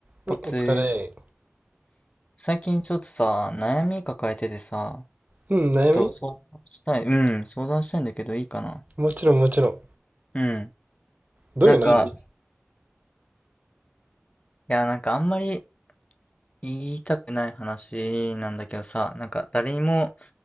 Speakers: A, on the right (about 35°); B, on the left (about 30°).
A: うん、
B: おつー、
A: お疲れ。
B: 最近ちょっとさ、悩み抱えててさ、
A: うん、悩み
B: ちょっと相談したい、うん、相談したいんだけどいいかな。
A: もちろんもちろん。
B: うん。
A: どういう悩み
B: なんか、いや、なんかあんまり言いたくない話なんだけどさ、なんか誰にも